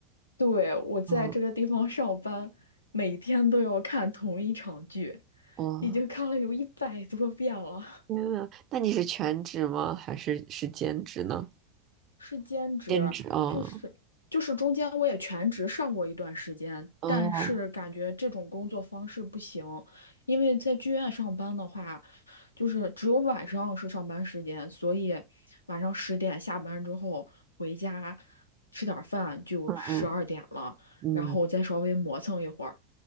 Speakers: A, on the left; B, on the right.
A: 对，我在这个地方上班，
B: 嗯，
A: 每天都要看同一场剧，
B: 哦。
A: 已经看了有一百多遍了。
B: 天呐，那你是全职吗？还是是兼职呢？
A: 是兼职，
B: 兼职哦，
A: 就是就是中间我也全职上过一段时间，
B: 哦，
A: 但是感觉这种工作方式不行，因为在剧院上班的话，就是只有晚上是上班时间，所以晚上十点下班之后回家吃点儿饭就十二点了，
B: 嗯嗯嗯，
A: 然后再稍微磨蹭一会儿，